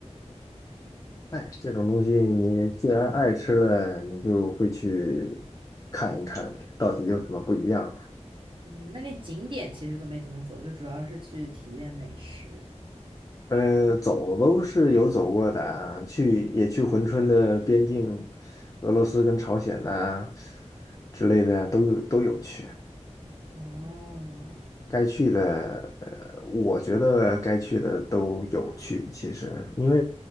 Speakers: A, on the left; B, on the right.
A: 哎，这种东西你既然爱吃了，你就会去看一看到底有什么不一样。
B: 嗯，那里景点其实都没怎么走，就主要是去体验美食。
A: 呃，走都是有走过的啊去也去珲春的边境，俄罗斯跟朝鲜呐、之类的都有都有去，
B: 哦，
A: 该去的，呃我觉得该去的都有去。其实因为